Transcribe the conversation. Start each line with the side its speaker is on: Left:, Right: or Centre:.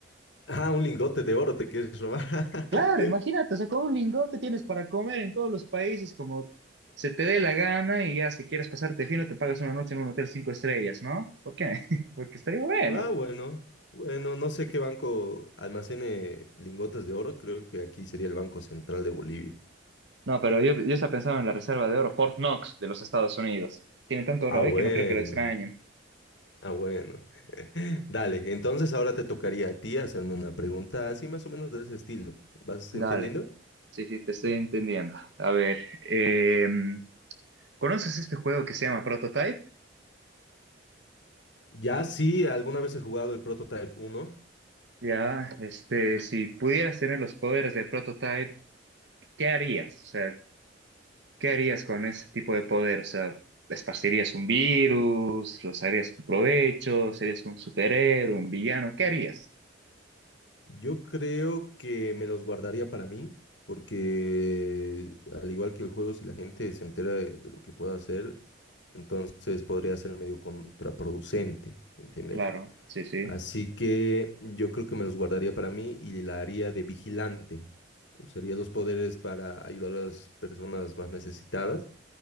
Left: Ah, un lingote de oro te quieres robar. <laughs>
Right: Claro, imagínate, o sea, con un lingote tienes para comer en todos los países como se te dé la gana y ya si quieres pasarte fino te pagas una noche en un hotel cinco estrellas, ¿no? ¿Por qué? <laughs> Porque estaría bueno.
Left: Ah, bueno, bueno, no sé qué banco almacene lingotes de oro, creo que aquí sería el Banco Central de Bolivia.
Right: No, pero yo, yo estaba pensando en la reserva de oro, Fort Knox de los Estados Unidos. Tiene tanto oro
Left: Ah,
Right: ahí
Left: bueno,
Right: que no creo que lo extrañen.
Left: ah, bueno. <laughs> Dale, entonces ahora te tocaría a ti hacerme una pregunta así más o menos de ese estilo. ¿Vas
Right: Dale,
Left: entendiendo?
Right: sí, sí, te estoy entendiendo. A ver, em, ¿conoces este juego que se llama Prototype?
Left: Ya sí, alguna vez he jugado el Prototype uno.
Right: Ya, este, si pudieras tener los poderes de Prototype, ¿qué harías? O sea, ¿qué harías con ese tipo de poder? O sea, ¿esparcirías un virus? ¿Los harías tu provecho? ¿Serías un superhéroe, un villano? ¿Qué harías?
Left: Yo creo que me los guardaría para mí, porque al igual que el juego, si la gente se entera de, de lo que pueda hacer, entonces podría ser medio contraproducente, ¿entiendes?
Right: Claro, sí, sí.
Left: Así que yo creo que me los guardaría para mí y la haría de vigilante. Usaría los poderes para ayudar a las personas más necesitadas,